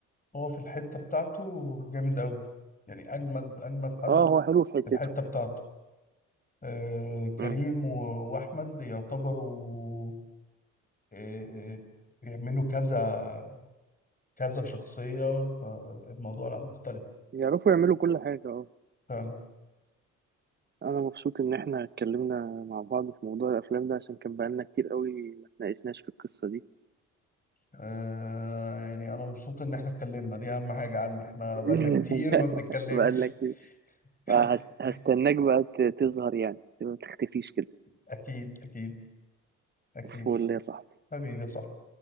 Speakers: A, on the left (about 25°); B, on the right (about 30°).
A: هو في الحتة بتاعته جامد أوي يعني أجمد أجمد حد
B: اه هو حلو في حتته
A: في الحتة بتاعته آه، كريم
B: مم.
A: و- وأحمد يعتبروا آه، آه، بيعملوا كذا كذا شخصية فالموضوع لا مختلف
B: يعرفوا يعملوا كل حاجه اه
A: فعلا
B: انا مبسوط ان احنا اتكلمنا مع بعض في موضوع الافلام ده عشان كان بقالنا كتير قوي ما اتناقشناش في القصة دي
A: آه، يعني أنا مبسوط إن إحنا اتكلمنا دي أهم حاجة عندي إحنا
B: <laughs>
A: بقالنا كتير ما بنتكلمش
B: بقالنا كتير
A: <laughs>
B: فهست- هستناك بقى ت- تظهر يعني ما تختفيش كده
A: أكيد أكيد أكيد
B: فول يا صاحبي
A: حبيبي يا صاحبي